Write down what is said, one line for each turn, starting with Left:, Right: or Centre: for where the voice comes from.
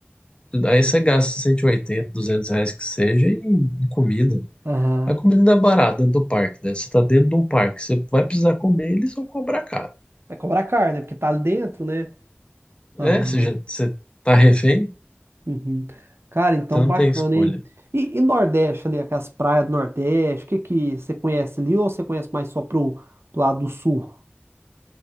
Left: Aí você gasta cento e oitenta 200 reais que seja em, em comida.
Right: Aham.
Left: A comida não é barata dentro do parque, né? Você tá dentro de um parque, você vai precisar comer, eles vão cobrar caro.
Right: Vai cobrar caro, né? Porque tá ali dentro, né? Aham.
Left: É, você já, você tá refém,
Right: Uhum. Cara, então
Left: você não
Right: bacana,
Left: tem escolha.
Right: hein? E, e Nordeste ali, aquelas praias do Nordeste, o que que você conhece ali ou você conhece mais só pro pro lado do Sul?